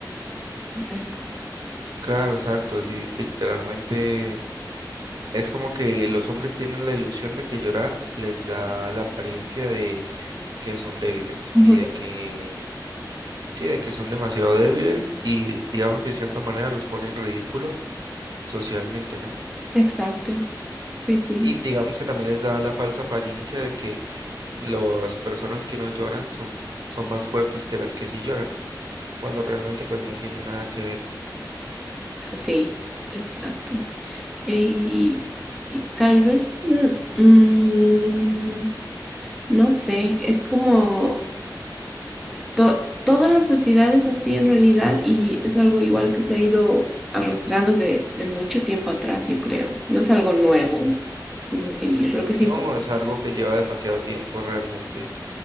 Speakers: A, in the centre; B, on the right.
A: No sé.
B: Claro, exacto, li- literalmente es como que los hombres tienen la ilusión de que llorar les da la apariencia de que son débiles
A: Ujú.
B: y de que Sí, de que son demasiado débiles y digamos que de cierta manera los pone en ridículo socialmente, ¿no?
A: Exacto. Sí, sí.
B: Y digamos que también les da la falsa apariencia de que las personas que no lloran son, son más fuertes que las que sí lloran, cuando realmente pues no tiene nada que ver.
A: Sí, exacto. Y, y tal vez, mm, mm, no sé, es como to- toda la sociedad es así en realidad y es algo igual que se ha ido arrastrando de, de mucho tiempo atrás, yo creo. No es algo nuevo, no, y yo creo que
B: No,
A: sí.
B: es algo que lleva demasiado tiempo realmente